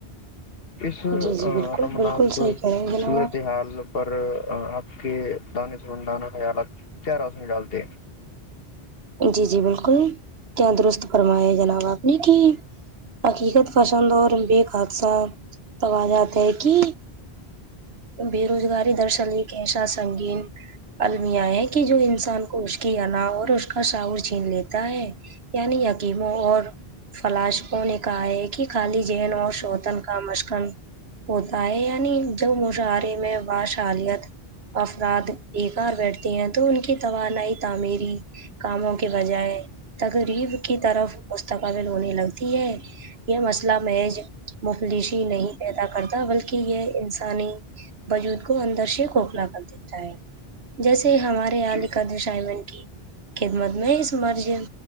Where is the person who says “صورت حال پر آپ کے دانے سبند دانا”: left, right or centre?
Left